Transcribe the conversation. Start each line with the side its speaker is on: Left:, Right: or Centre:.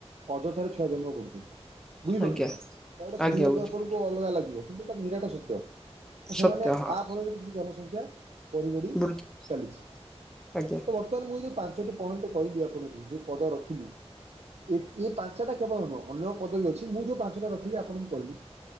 Right: ଅଯଥାରେ ଛୁଆ ଜନ୍ମ କରୁଚନ୍ତି ବୁଝିପାରୁଚନ୍ତି
Centre: ଆଜ୍ଞା
Right: ନା। ଏଟା ଗୋଟେ ଶୁଣିବାକୁ
Centre: ଆଜ୍ଞା ବୁଝିଲି
Right: ଆପଣଙ୍କୁ କୁ ଅଲଗା ଲାଗିବ କିନ୍ତୁ ଏଟା ନିରାଟ ସତ୍ୟ।
Centre: ସତ୍ୟ
Right: ସେମାନେ
Centre: ହଁ
Right: ଆ ଫଳରେ ବି କିଛି ଜନସଂଖ୍ୟା ବଢି ବଢି
Centre: ବୃଦ୍ଧି
Right: ଚାଲିଚି
Centre: ଆଜ୍ଞା
Right: ତ ବର୍ତ୍ତ ମାନ ଯୋଉ ମୁଁ ଯୋଉ ପାଞ୍ଚଟି ପଏଣ୍ଟ କହିଲି ଆପଣଙ୍କୁ ଯୋଉ ପଦ ରଖିଲି। ଏଇ ପାଞ୍ଚଟା କେବଳ ନୁହଁ ଅନ୍ୟ ପଦ ବି ଅଛି। ମୁଁ ଯୋଉ ପାଞ୍ଚଟା ରଖିଲି ଆପଣଙ୍କୁ କହିଲି।